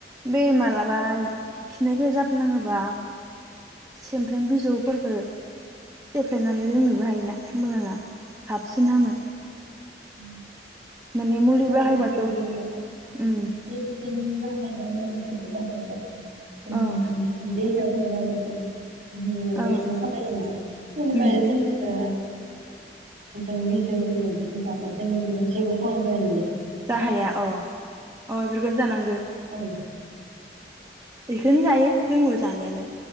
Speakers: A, on the right; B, on the right.
A: बे मालाबा खिनायफोर जाफ्लांङोबा सेमफ्रेम बिजौ फोरखो सेफ्लेनानै लोंनोबो हायोना होमब्लाना थाबसिन हामो।
B: उम
A: माने
B: <unintelligible>
A: मुलि बाहायबाथ' उम
B: मेडिसिन बाहायबाबो <unintelligible> उम
A: ओं
B: देहाया <unintelligible> बुहुद लगसन
A: ओं
B: खालायोना जेनेबा
A: उम
B: जों दा <unintelligible> बिजौ होनो बिखौ जाबा जों बे जेबो खहा जाहैया
A: जा हाया अ अ इफोरखोनो जानांगो।
B: औ
A: इखोनो जायो। जोंबो जानायालाय।